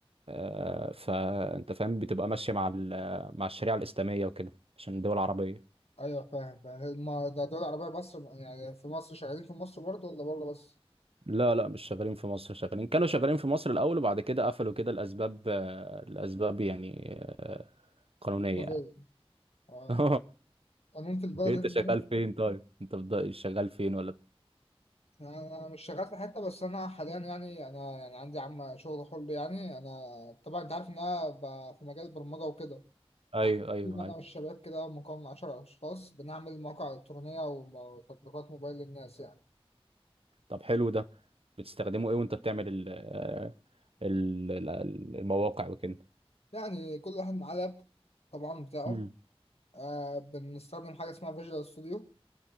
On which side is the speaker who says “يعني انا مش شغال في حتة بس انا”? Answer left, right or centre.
Left